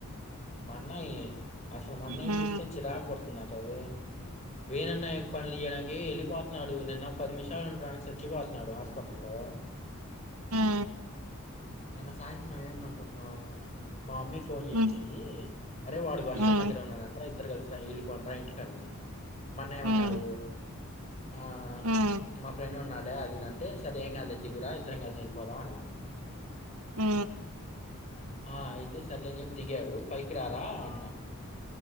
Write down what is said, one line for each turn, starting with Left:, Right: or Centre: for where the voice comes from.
Left: మాన్నయే అసలు మన్నేం
Right: ఉమ్
Left: జేస్తే చిరాక్ బడుంతుటావే వేనన్నా పనులు చేయడానికి వెళ్ళిపోతున్నాడు నిన్న పది నిమిషాలు ఉండడానికి చచ్చిపోతున్నాడు హాస్పిటల్ల్లో
Right: మ్మ్
Left: నిన్న సాయంత్రం ఏమైందనుకుంటున్నావు మా అమ్మి ఫోన్ చేష్
Right: ఉమ్
Left: అరే వాడు వర్షం
Right: ఉమ్ ఉమ్
Left: దగ్గిరే ఉన్నాడంటరా ఇద్దరు కలిసి వెళ్ళిపోండ్రా ఇంటికి అనింది మన్న ఏమన్నాడు
Right: ఉమ్
Left: ఆ
Right: ఉమ్
Left: మా ఫ్రెండ్ ఉన్నాడు లే అదిదంటే సరే ఏం కాదు లే దిగురా ఇద్దరం కలిసి వెళ్ళిపోదాం అన్నాం
Right: అ
Left: ఆ అయితే సర్లేని చెప్పి దిగాడు పైకి రారా అన్న